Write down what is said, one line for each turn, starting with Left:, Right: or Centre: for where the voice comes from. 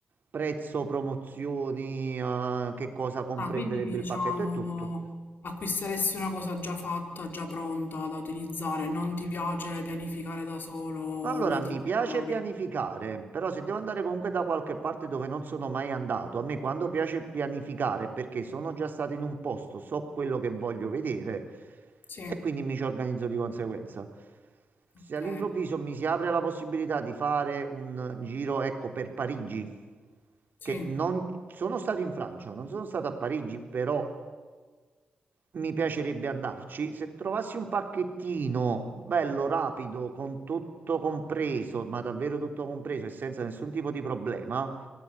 Right: prezzo, promozioni, eh, che cosa comprenderebbe
Left: Ah, quindi diciamo
Right: il pacchetto e tutto.
Left: acquisteresti una cosa già fatta, già pronta da utilizzare, non ti piace pianificare da solo
Right: Allora,
Left: un itinerario.
Right: mi piace pianificare, però se devo andare comunque da qualche parte dove non sono mai andato, a me quando piace pianificare è perché sono già stato in un posto, so quello che voglio vedere
Left: Sì,
Right: e quindi mi ci organizzo di conseguenza. se
Left: ok,
Right: all'improvviso mi si apre la possibilità di fare un giro, ecco, per Parigi,
Left: sì.
Right: che non sono stato in Francia, non sono stato a Parigi, però mi piacerebbe andarci. Se trovassi un pacchettino bello, rapido, con tutto compreso, ma davvero tutto compreso e senza nessun tipo di problema,